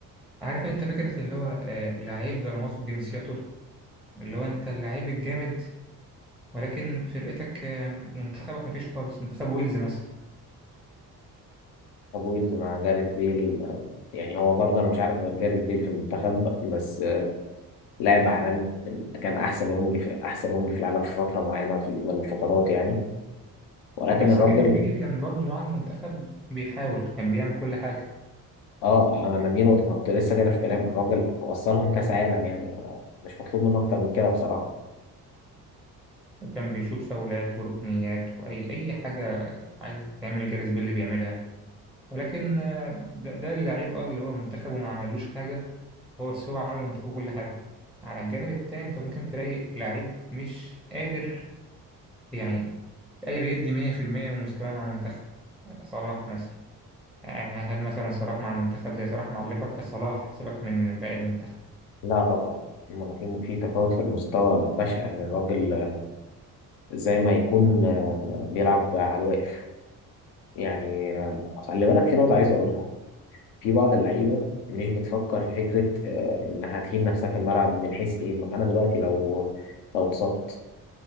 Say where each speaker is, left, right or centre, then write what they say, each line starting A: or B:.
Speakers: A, in the centre; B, on the left.
A: عارف أنت فكرة اللي هو آه، لعيب ظلمات في جنسيته اللي هو أنت اللعيب الجامد ولكن فرقتك آه، منتخبك مفيش خالص منتخب ويلز مثلا
B: طب ويلز مع جاريث بيل آه، يعني هو برضه انا مش عارف غير جاريث بيل في المنتخب بس لاعب عالمي من- كان احسن وينج في احسن وينج في العالم في فتره معينه في- من الفترات يعني ولكن
A: بس
B: الراجل
A: جيمس بيلي كان برضو مع المنتخب بيحاول كان بيعمل كل حاجة
B: اه انا دي نقطه ما كنت لسه جاي في كلام الراجل وصلهم كاس عالم يعني آه، مش مطلوب منه اكتر من كده بصراحه
A: وكان بيشوط فاولات وركنيات وأي أي حاجة عايزة تتعمل جيمس بيلي بيعملها ولكن آه، ده, ده اللعيب اه اللي هو منتخبه ما عملوش حاجة هو بس هو عمل منتخبه كل حاجة على الجانب التاني انت ممكن تلاقي لعيب مش قادر يعني قادر يدي 100% من مستواه مع منتخب صلاح مثلا يعني هل مثلا صلاح مع المنتخب زي صلاح مع الليفر كصلاح سيبك من باقي المنتخب
B: لا طبعا ما في في تفاوت في المستوى بشع يعني الراجل آه، زي ما يكون آه، بيلعب على الواقف يعني آه، خلي بالك في نقطه عايز اقولها في بعض اللعيبه مش بتفكر في فكره آه، انها تهين نفسها في الملعب من حيث ايه ما انا دلوقتي لو لو اتصبت